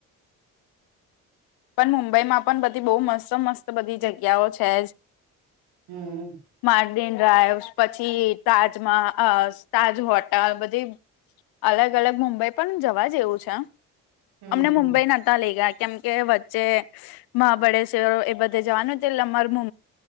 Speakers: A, on the left; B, on the right.
A: પણ મુંબઈમાં પણ બધી બહુ મસ્ત મસ્ત બધી જગ્યાઓ છે જ
B: હમ
A: માર્ડિન ડ્રાઈવ્સ પછી તાજમાં અ તાજ હોટલ બધી અલગ અલગ મુંબઈ પણ જવા જેવું છે
B: હમ
A: અમને
B: હમ.
A: મુંબઈ નહતા લઇ ગયા કેમ કે તે મહાબળેશ્વર એ બધે જવાન હતું એટલે અમાર મુ